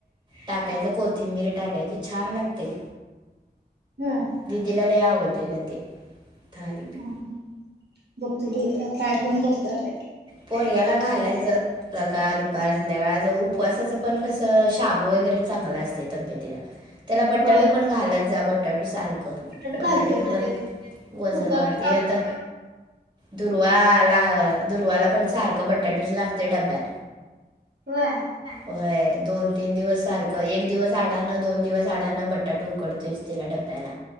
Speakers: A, on the right; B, on the right.
A: टाकायचं कोथिंबीर टाकायची छान लागते.
B: होय
A: दिदीला लय आवडलेलं ते थालीपीठ
B: हा बघतो घे ट्राय करून बघतो आता
A: पोरगयाला घालायचं. सकाळ दुपार संध्याकाळच उपवासाचं पण कस शाबू वगैरे चांगला असते तब्येतीला त्याला बटाटो
B: होय
A: पण घालत जा बटाटो सारखं
B: बटाटा
A: बटाटेट
B: घालतोय
A: पण
B: ते
A: वजन
B: कुकरला
A: वाढते
B: लावतोय
A: आता दुरवा ला दुर्वाला पण सारखं बटाटोच लागतं डब्यात.
B: होय
A: होय दोन तीन दिवस सारखं एक दिवस आडानं दोन दिवस अडानं बटाटू उकडतोयच तिला डब्याला